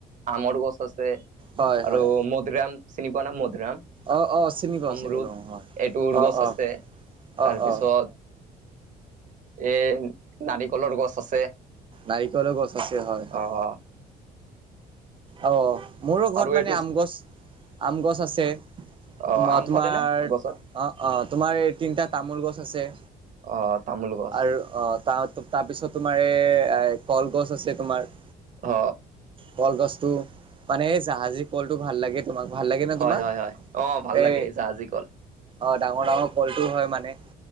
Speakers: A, on the right (about 50°); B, on the right (about 30°).
A: আমৰ গছ আছে আৰু
B: হয় হয়
A: মধুৰিয়াম চিনি পোৱা নে মধৰাম।
B: অ অ চিনি পাওঁ
A: অমৰুত
B: চিনি পাওঁ হয়
A: এইটোৰ
B: অ
A: গছ
B: অ
A: আছে
B: অ
A: তাৰপিছত
B: অ
A: এই নাৰিকলৰ গছ আছে।
B: নাৰিকলৰ গছ আছে হয় হয়।
A: আহ
B: অ' মোৰো ঘৰত
A: আৰু
B: মানে
A: এইটো
B: আম গছ, আম গছ আছে।
A: অ
B: তোমা-তোমাৰ
A: আম ফলে না
B: অ',
A: গছত
B: অ', তোমাৰ এই তিনিটা তামোল গছ আছে।
A: অ' তামুল গছ।
B: আৰু অ' তা-তাৰপিছত তোমাৰ এই এ, কলগছ আছে তোমাৰ।
A: হ।
B: কলগছটো মানে জাহাজী কলটো ভাল লাগে। তোমাক ভাল লাগে নে
A: হয়
B: তোমাক,
A: হয় হয় অ ভাল
B: এ
A: লাগে জাহাজী কল
B: অ' ডাঙৰ ডাঙৰ কলটোও হয় মানে।